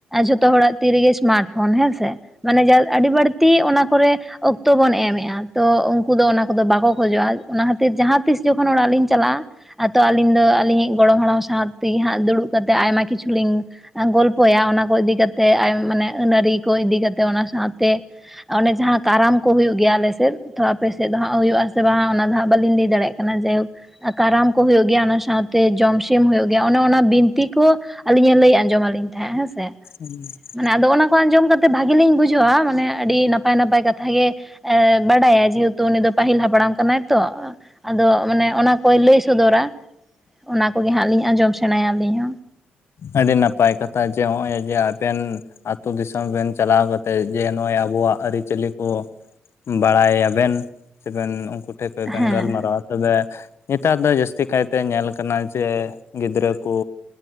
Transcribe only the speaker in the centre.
ᱡᱷᱚᱛᱚ ᱦᱚᱲᱟᱜ ᱛᱤᱨᱮᱜᱮ ᱥᱢᱟᱨᱴ ᱯᱷᱳᱱ ᱦᱮᱸᱥᱮᱼᱼ ᱢᱟᱱᱮ ᱟᱹᱰᱤ ᱵᱟᱹᱲᱛᱤ ᱚᱱᱟ ᱠᱚᱨᱮᱼᱼ ᱚᱠᱛᱚ ᱵᱚᱱ ᱮᱢᱮᱜᱼᱟ ᱛᱚ ᱩᱱᱠᱩ ᱫᱚ ᱚᱱᱟ ᱠᱚᱫᱚ ᱵᱟᱠᱚ ᱠᱷᱚᱡᱚᱜᱼᱟ ᱚᱱᱟ ᱠᱷᱟᱹᱛᱤᱨ ᱡᱟᱦᱟᱸ ᱛᱤᱥ ᱡᱚᱠᱷᱚᱱ ᱚᱲᱟᱜ ᱞᱤᱧ ᱪᱟᱞᱟᱜᱼᱟ᱾ ᱟᱫᱚ ᱟᱹᱞᱤᱧ ᱫᱚ ᱟᱹᱞᱤᱧᱤᱡ ᱜᱚᱲᱚᱢ ᱦᱟᱲᱟᱢ ᱥᱟᱶ ᱛᱮᱜᱮ ᱦᱟᱸᱜ ᱫᱩᱲᱩᱵ ᱠᱟᱛᱮᱜ ᱟᱭᱢᱟ ᱠᱤᱪᱷᱩ ᱞᱤᱧᱼᱼ ᱜᱚᱞᱯᱚᱭᱟ ᱚᱱᱟ ᱠᱚ ᱤᱫᱤ ᱠᱟᱛᱮᱜ ᱢᱟᱱᱮ ᱟᱹᱱ ᱟᱹᱨᱤ ᱠᱚ ᱤᱫᱤ ᱠᱟᱛᱮᱜ ᱚᱱᱟ ᱥᱟᱶᱛᱮᱼᱼ ᱚᱱᱮ ᱡᱟᱦᱟᱸ ᱠᱟᱨᱟᱢ ᱠᱚ ᱦᱩᱭᱩᱜ ᱜᱮᱭᱟ ᱟᱞᱮᱥᱮᱫ ᱛᱚ ᱟᱯᱮ ᱥᱮᱫ ᱫᱚ ᱦᱟᱜ ᱦᱩᱭᱩᱜ ᱟᱥᱮ ᱵᱟᱝ ᱚᱱᱟ ᱫᱚ ᱦᱟᱸᱜ ᱵᱟᱹᱞᱤᱧ ᱞᱟᱹᱭ ᱫᱟᱲᱮᱭᱟᱜᱼᱼ ᱡᱟᱭᱦᱳᱠ ᱠᱟᱨᱟᱢ ᱠᱚ ᱦᱳᱭᱳᱜ ᱜᱮᱭᱟ ᱚᱱᱟ ᱥᱟᱶᱛᱮ ᱡᱚᱢᱥᱤᱢ ᱦᱳᱭᱳᱜ ᱜᱮᱭᱟ ᱚᱱᱮ ᱚᱱᱟ ᱵᱤᱱᱼᱼ ᱛᱤ ᱠᱚ ᱟᱹᱞᱤᱧᱮ ᱞᱟᱹᱭ ᱟᱸᱡᱚᱢ ᱟᱞᱤᱧ ᱛᱟᱦᱮᱸᱫ ᱦᱮᱸᱥᱮᱸ᱾
ᱢᱟᱱᱮ ᱟᱫᱚ ᱚᱱᱟ ᱠᱚ ᱟᱸᱡᱚᱢ ᱠᱟᱛᱮ ᱵᱷᱟᱜᱤ ᱞᱤᱧ ᱵᱩᱡᱷᱟᱹᱣᱟ ᱢᱟᱱᱮ ᱟᱹᱰᱤ ᱱᱟᱯᱟᱭ ᱱᱟᱯᱟᱭ ᱠᱟᱛᱷᱟ ᱜᱮᱼᱼ ᱮᱻ ᱵᱟᱰᱟᱭᱟ ᱡᱮᱦᱮᱛᱩ ᱩᱱᱤ ᱫᱚ ᱯᱟᱹᱦᱤᱞ ᱦᱟᱯᱲᱟᱢ ᱠᱟᱱᱟᱭ ᱛᱚ᱾ ᱟᱫᱚ ᱢᱟᱱᱮ ᱚᱱᱟ ᱠᱚᱭ ᱞᱟᱹᱭ ᱥᱚᱫᱚᱨᱟ ᱚᱱᱟ ᱠᱚᱜᱮ ᱦᱟᱸᱜ ᱞᱤᱧ ᱟᱸᱡᱚᱢ ᱥᱮᱬᱟᱭᱟ ᱟᱹᱞᱤᱧ ᱦᱚᱸ᱾
ᱦᱮᱸ